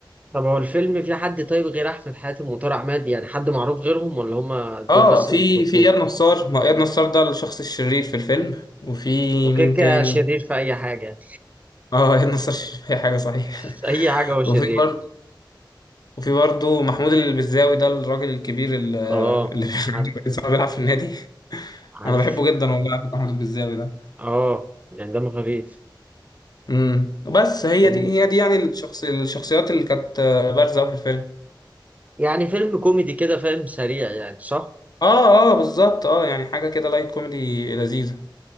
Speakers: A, on the right; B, on the left.
A: طب هو الفيلم فيه حد طيب غير احمد حاتم وطارق عماد يعني حد معروف غيرهم ولا هما
B: اه
A: دول بس
B: في
A: اللي معروفين
B: في اياد نصار ما هو اياد نصار ده الشخص الشرير في الفيلم وفي
A: هو كده
B: مين
A: كده
B: تاني
A: شرير في اي حاجه
B: اه هي النصر الشريف اي حاجه صحيح
A: في اي
B: <laughs>
A: حاجه هو شرير
B: وفي برضه وفي برضه محمود البزاوي ده الراجل الكبير ال-
A: اه
B: اللي
A: عارف
B: <laughs> لسه بيلعب في النادي <laughs>
A: عارف
B: انا بحبه جدا والله محمود البزاوي ده
A: اه يعني دمه خفيف
B: امم بس هي
A: مم.
B: دي هي دي يعني الشخص الشخصيات اللي كانت آه، بارزه أوي في الفيلم
A: يعني فيلم كوميدي كده فاهم سريع يعني صح
B: اه اه بالظبط اه يعني حاجه كده لايت كوميدي لذيذه